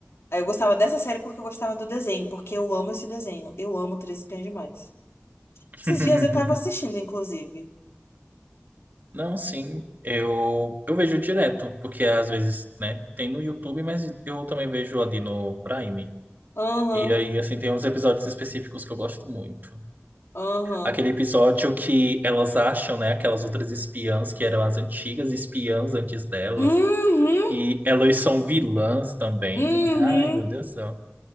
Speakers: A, on the left (about 80°); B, on the right (about 45°).
A: Aí eu gostava dessa série porque eu gostava do desenho, porque eu amo esse desenho. Eu amo Três Espiãs Demais.
B: <laughs>
A: Esses dias eu tava assistindo, inclusive.
B: Não, sim, eu, eu vejo direto, porque às vezes, né, tem no YouTube, mas eu também vejo ali no Prime.
A: Aham,
B: E aí, assim, tem uns episódios específicos que eu gosto muito.
A: aham.
B: Aquele episódio que elas acham, né, aquelas outras espiãs que eram as antigas espiãs antes delas,
A: Uhum,
B: e elas são vilãs também.
A: uhum.
B: Ai, meu Deus do céu.